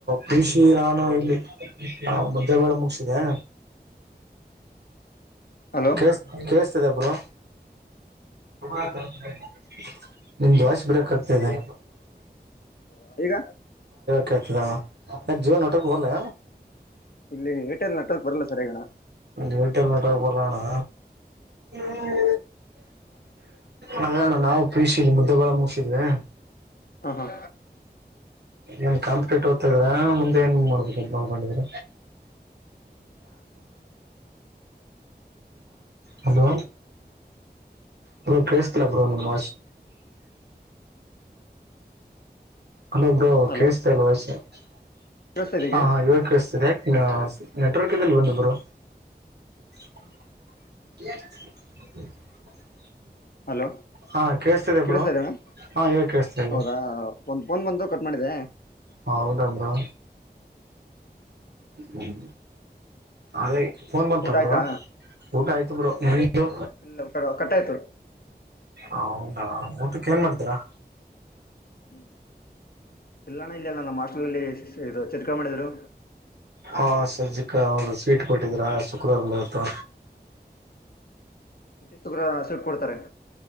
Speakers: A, on the right (about 75°); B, on the left (about 60°).
A: ಪಿಷಿ ನಾನು ಇಲ್ಲಿ ಮುದ್ದ ಬೇಳೆ ಮುಗಸಿದೆೆ.
B: ಹಲೋ
A: ಕೆ ಸ್ ಕೆ ಸ್ ಹಚ್ಚಿದ ಬ್ರೋ <unintelligible> ನಿಮ್ದು ವಾಷ್ ಬ್ರೇಕ್ ಆಗ್ತದೆ.
B: ಹ ಈಗ.
A: ಕೆ ಜ ಜುವ ನ ಒಊಟ ಭಲ್.
B: ಇಲ್ಲಿ ಹಿಟೆಲ್ ನೆಟ್ವರ್ಕ್ ಬರಲ್ಲ ಸರಿಯಗಣ.
A: ವೀಟ ಎಲ್ಲ ನಟಬಲಣಾ. ಹ್ಮ್. ಹಣ ನಾವು ಪೀಶ ಇಲ್ಲಿ ಮುದ್ದೆಗೋಳ ಮುಸಿದ್ವಿ.
B: ಹ್ಮ ಹಾ.
A: ಏನ್ ಕಾಂಪ್ಲೀಟ್ ಹೋಗ್ತಾ ಇದ್ರ ಮುಂದೆ ಏನ್ ಮಾಡುದ ಮಾಡಕೊಂಡಿದ್ರ. ಹಲೋ ಹ ಕೇಸ್ಲ ಬರ ನಿಮ್ಮ ಹನ್ನದದು
B: ಹಲೋ
A: ಕೇಳಿಸ್ತಾಲ್ ವಯಷ್ಯ ಹ
B: ಕೇಳಿಸ್ತಾ ಇದೆಗೆ
A: ಹಾ ಹ ಇವಾಗ ಕಳಿಸ್ತಿದೆ ನೆಟ್ವರ್ಕ್ ಇದಲ್ಲಿ ಬಂದಿಬ್ಬರು <inaudible> <inaudible>
B: ಹಲೋ
A: ಹಾ ಕೇಳಿಸ್ತಿದೆ
B: ಕೇಳಿಸತ
A: ಬ್ರೋ
B: ಇದ್ದಣ್ಣ
A: ಹಾ ಇವಾಗ ಕೇಳಿಸ್ತಾ ಇದೆ
B: ಹೌದಾ ಒಂದು ಫೋನ್ ಬಂದು ಕಟ್ ಮಾಡಿದೆ
A: ಹೌದಬ್ರಾ ಹ್ಮ್ ಅದೇ ಫೋನ್ ಬಂತ
B: ಊಟ ಆಯ್ತಾ
A: ಬ್ರ ಊಟ ಆಯ್ತು ಬರು ನಿ್ದ
B: ಇಲ್ಲ ಕಟ್ ಆಯ್ತು
A: ಹೌದಾ ಊಟಕ್ಕೆ ಏನ್ ಮಾಡಿದ್ದೀರಾ
B: ಹ್ಮ್ ಇಲ್ಲ್ಣ ಇಲ್ಲ ನಮ್ಮ ಮಾಸ್ಷಲ್ ಇದು ಚಿರ್ಕ ಮಾಡಿದ್ರು
A: ಹಾ ಸಜ್ಜಿಕ ಅವರು ಸ್ವೀಟ್ ಕೊಟ್ಟಿದ್ರ ಶುಕ್ರವಾರ ಇತ್ತು
B: ಪ್ರತೀ ತುಗ್ರ ಸೂಟ್ ಕೊಡ್ತಾರೆ